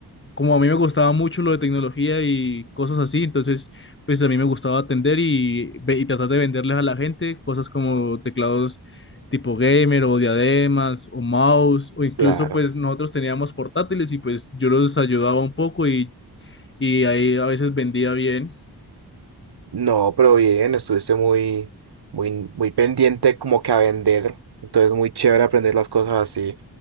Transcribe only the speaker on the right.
Claro.
No, pero bien, estuviste muy, muy, muy pendiente como que a vender. Entonces, muy chévere aprender las cosas así.